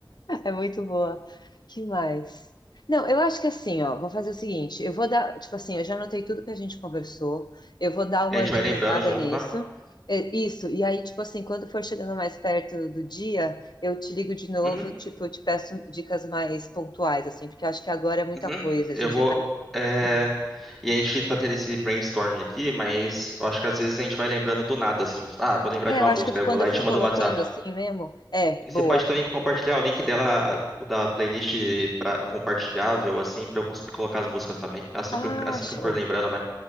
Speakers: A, on the left; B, in the centre.
A: É muito boa. Que mais? Não, eu acho que assim, ó, vou fazer o seguinte, eu vou dar, tipo assim, eu já anotei tudo que a gente conversou, eu vou dar uma
B: A gente
A: organizada
B: vai lembrando junto,
A: nisso,
B: né?
A: é, isso, e aí, tipo assim, quando for chegando mais perto do dia, eu te ligo de novo,
B: Uhum.
A: tipo, eu te peço dicas mais pontuais, assim, porque eu acho que agora é muita
B: Uhum.
A: coisa,
B: Eu
A: a gente
B: vou.
A: já tá...
B: é,
A: Hum.
B: E a gente tá tendo esse brainstorming aqui, mas eu acho que às vezes a gente vai lembrando do nada, assim. Ah, vou lembrar
A: É,
B: de uma
A: eu acho
B: música,
A: que
B: eu
A: quando
B: vou lá
A: eu for
B: e te mando
A: colocando
B: no WhatsApp.
A: assim mesmo, é,
B: E
A: boa.
B: você pode também compartilhar o link dela, tipo, da playlist pra... compartilhável, assim, pra eu conseguir colocar as músicas também. Assim,
A: Ah,
B: que eu- assim
A: show.
B: que eu for lembrando, né?